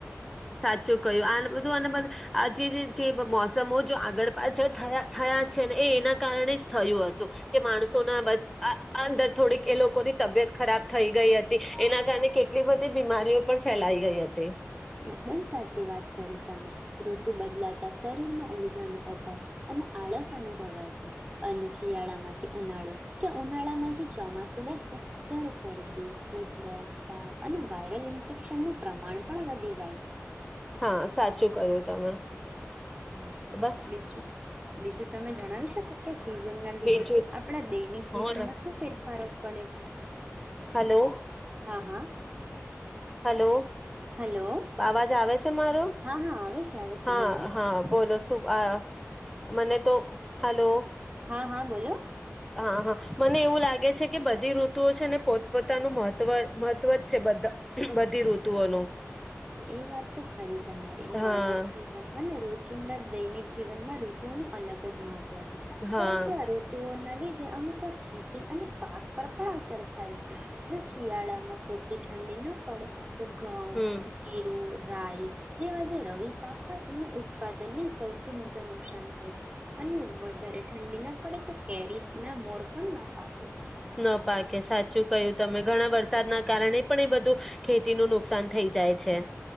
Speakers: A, in the centre; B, on the right (about 20°).
A: સાચું કહ્યું, આ બધું <unintelligible> મોસમો જે આગળ પાછળ થયા થયા છે ને એ એના કારણે જ થયું હતું કે માણસોના અંદર થોડીક એ લોકોની તબિયત ખરાબ થઈ ગઈ હતી એના કારણે કેટલી બધી બીમારીઓ પણ ફેલાઈ ગઈ હતી.
B: એકદમ સાચી વાત કરી તમે ઋતુ બદલાતા શરીર માં ઓલ <unintelligible> અને આળસ અનુભવાય છે અને શિયાળામાંથી ઉનાળો કે ઉનાળામાંથી ચોમા સુઘરશે ત્યારે શરદી, ઉધરસ, તાવ અને વાયરલ ઇન્ફેક્શનનું પ્રમાણ પણ <unintelligible>
A: હા, સાચું ક્હ્યું. તમે
B: હમ,
A: બસ
B: બીજું બીજું તમે જણાવી શકો? કે સિઝન ના લીધે
A: બીજું
B: આપણા દૈનિક જીવનમાં
A: હા રખ
B: શું ફેરફારો પડે છે.
A: હલો.
B: હા હા.
A: હલો.
B: હલો
A: આવાજ આવે છે મારો?
B: હા હા આવે છે આવે
A: હા,
B: છે બોલો
A: હા બોલો અ મને તો હલો.
B: હા હા બોલો.
A: હા હા મને એવું લાગે છે કે બધી ઋતુઓ છે ને પોતપોતાનું મહત્વ મહત્વ જ છે બધી ઋતુઓનું.
B: એ વાત તો ખરી તમારી
A: હા
B: માનવ જીવન અને રોજ <inaudible> દૈનિક જીવનમાં ઋતુઓનું અલગ મહત્વ છે,
A: હા
B: પરંતુ આ ઋતુઓના <unintelligible> અમુક વાર ખેતી અને પાક પર પણ અસર થાય છે. જો શિયાળામાં પૂરતી ઠંડી ના પડે તો ઘવ
A: હમ
B: મીરું રાય જેવા જે રવિ પાક હોય એને ઉત્પાદનને સૌથી મોટું નુકસાન થાય છે અને વધારે ઠંડી ના પડે તો કેરી ના મોર પણ ના પાકે
A: ન પાકે સાચ શું કહ્યું તમે ઘણા વરસાદના કારણે પણ એ બધું ખેતી ન નુકસાન થઈ જાય છે.